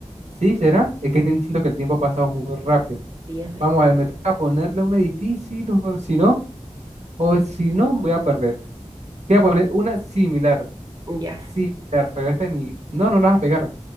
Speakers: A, on the right; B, on the right.
A: Sí, ¿será? Es que siento que el tiempo ha pasado muy rápido.
B: Sí, es verdad.
A: Vamos a ver, me toca ponerle una difícil, o si no, o si no, voy a perder. Te voy a poner una similar,
B: Ya,
A: similar, pero esta ni... No, no la vas a pegar.